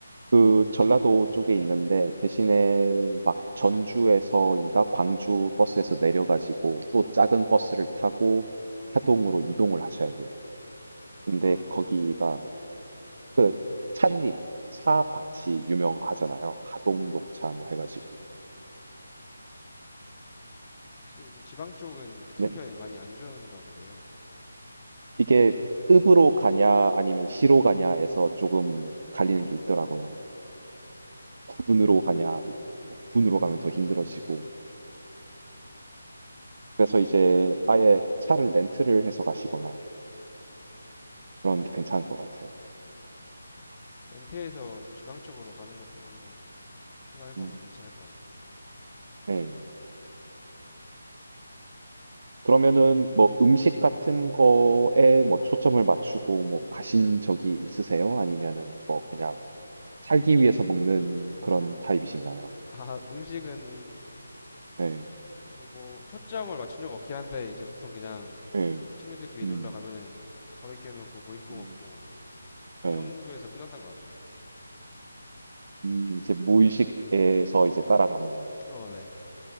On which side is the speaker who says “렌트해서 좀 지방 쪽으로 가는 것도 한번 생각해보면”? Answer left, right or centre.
Left